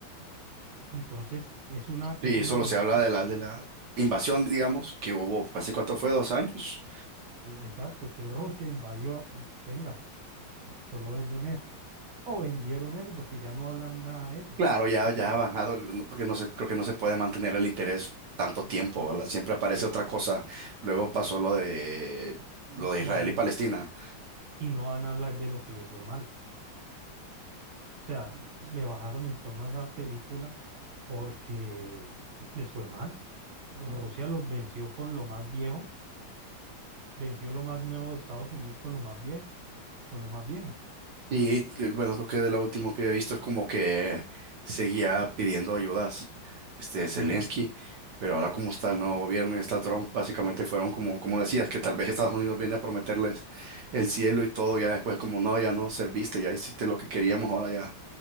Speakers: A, on the right; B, on the right.
A: Entonces, es una,
B: Sí,
A: es una
B: solo
A: minita,
B: se habla de la, de la invasión, digamos, que hubo, ¿hace cuánto fue? ¿Dos años?
A: eh, exacto, que Rusia invadió, a- venga. solo venden eso. O vendieron eso porque ya no hablan nada de eso.
B: Claro, ya,
A: Porque
B: ya
A: no,
B: ha bajado, el- no, porque no se, creo que no se puede mantener el interés tanto tiempo,
A: no.
B: ¿verdad? Siempre aparece
A: Y,
B: otra cosa. Luego pasó lo de,
A: y-
B: lo de
A: y
B: Israel
A: no,
B: y Palestina.
A: y no van a hablar de lo que les fue mal. O sea, le bajaron el tono a esa película porque eh, les fue mal. Rusia los venció con lo más viejo, venció lo más nuevo de Estados Unidos con lo más viejo, con lo más viejo.
B: Y eh, bueno, creo que de lo último que había visto es como que seguía pidiendo ayudas, este Zelensky,
A: Sí,
B: pero ahora como está el nuevo gobierno y está Trump, básicamente fueron como, como decías, que tal vez Estados Unidos viene a prometerles el cielo y todo, ya después como no, ya no serviste, ya hiciste lo que queríamos, ahora ya